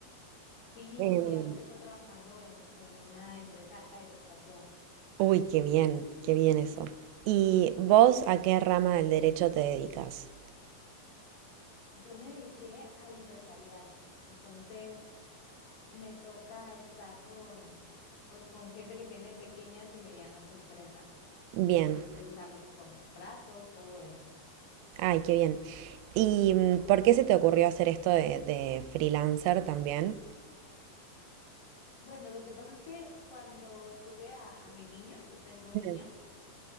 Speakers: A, on the left; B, on the right.
A: Sí,
B: Em,
A: sí, ahorita está trabajando en, en una empresa aeroespacial.
B: Uy, qué bien, qué bien eso. ¿Y vos a qué rama del derecho te dedicas?
A: Yo me dediqué al empresarial, entonces me toca estar con, pues, con gente que tiene pequeñas y medianas empresas,
B: Bien,
A: revisar los contratos, todo eso.
B: ay, qué bien. ¿Y mm, por qué se te ocurrió hacer esto de, de freelancer también?
A: Bueno, lo que pasa es que cuando tuve a, a mi niño, yo tengo un
B: Mm.
A: niño,